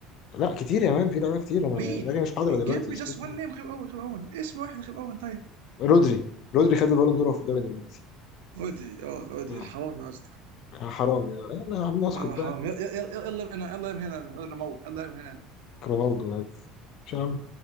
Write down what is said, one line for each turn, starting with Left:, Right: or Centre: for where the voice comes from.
Left: لا كتير يا مان في لعيبة كتير أنا
Right: مين؟
Left: دماغي مش حاضرة دلوقتي
Right: give me
Left: بس
Right: just
Left: في كتير
Right: one name غير أوين غير أوين اسم واحد غير أوين طيب
Left: رودري رودري خد البالون دور في الدوري الانجليزي
Right: عودي اه عودي
Left: مم.
Right: الحرامي قصدك
Left: آه، حرام يا يلا يا عم اسكت
Right: اه
Left: بقى
Right: حرامي يلا يلا يلا يلا من هنا يلا من هنا يلا من هنا يلا من هنا
Left: رونالدو يعني. مش عم